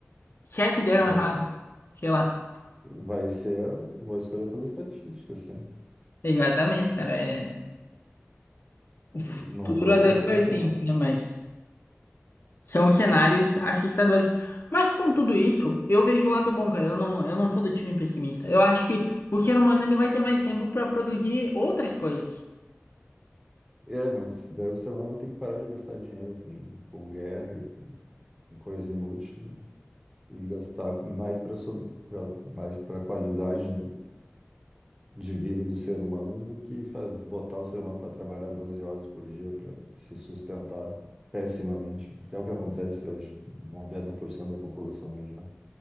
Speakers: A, on the left; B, on the right.
A: 7 deram
B: Vai,
A: errado. Sei lá.
B: vai ser, eu vou escolher pela estatística, assim.
A: Exatamente, cara. É... O futuro
B: Não vou
A: é
B: ir
A: Deus
B: contra
A: pertence,
B: a matemática.
A: né? Mas. São cenários assustadores. Mas com tudo isso, eu vejo o lado bom, cara. Eu não, eu não sou do time pessimista. Eu acho que o ser humano ele vai ter mais tempo para produzir outras coisas.
B: É, mas daí o ser humano vai ter que parar de gastar dinheiro com, com guerra e com coisa inútil e gastar mais para mais para qualidade de vida do ser humano do que fa- botar o ser humano para trabalhar 12 horas por dia para se sustentar pessimamente, que é o que acontece hoje, com 90% da população mundial.